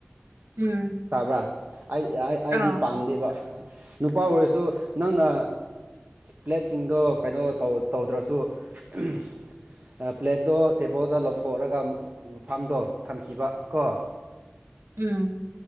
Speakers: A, on the right (about 80°); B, on the right (about 45°).
A: ꯎꯝ
B: ꯇꯥꯕ꯭ꯔꯥ ꯑꯩꯗꯤ
A: ꯑꯥ
B: ꯄꯥꯝꯗꯦꯕ ꯅꯨꯄꯥ ꯑꯣꯏꯔꯁꯨ ꯅꯪꯅ ꯄ꯭ꯂꯦꯠꯁꯤꯡꯗꯣ ꯀꯩꯅꯣ ꯇꯧꯗ꯭ꯔꯁꯨ ꯎꯝ ꯄ꯭ꯂꯦꯠꯇꯣ ꯇꯦꯕꯜꯗꯣ ꯂꯧꯊꯣꯛꯑꯒ ꯃꯐꯝꯐꯝꯗꯣ ꯊꯝꯈꯤꯕ ꯀꯣ
A: ꯎꯝ